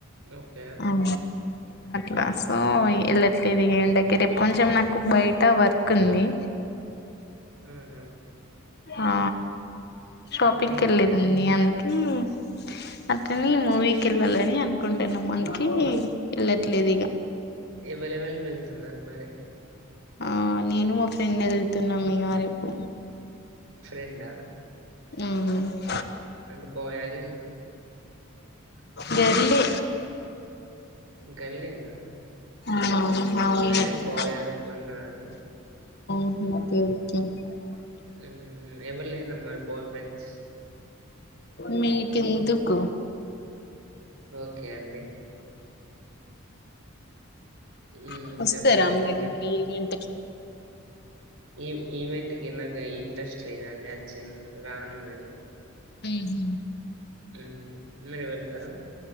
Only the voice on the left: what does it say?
ఆ గా సో
ఎళ్ళట్లేదు ఇగ ఎండకి రేప్ కొంచెం నాకు బయట వర్క్ ఉంది.
ఆ షాపింగ్కి
వెళ్లలేదండి అందుకే ఉ అ ని మూవీకి వెళ్లాలని కుంటున్నాము అందుకే వెళ్ళట్లేదు ఇగా
ఆ నేను మా ఫ్రెండ్ వెళ్తు న్న మ అరేపు
హ్మ్మ్
గర్లే
ఆ అవును ఆహా
<inaudible>
మీకెందుకు
అ వస్తారా
మీరు
మరి ఇంటికి
హు